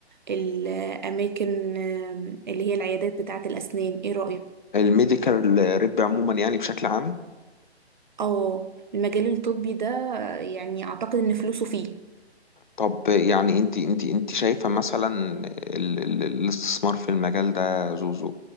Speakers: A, on the right; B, on the left.
A: الأماكن آم، اللي هي العيادات بتاعة الأسنان إيه رأيك؟
B: الميديكال ريب عموما يعني بشكل عام
A: اه المجال الطبي ده يعني أعتقد إن فلوسه فيه
B: طب يعني انت انت انت شايفة مثلا ال ال الاستثمار في المجال ده زوزو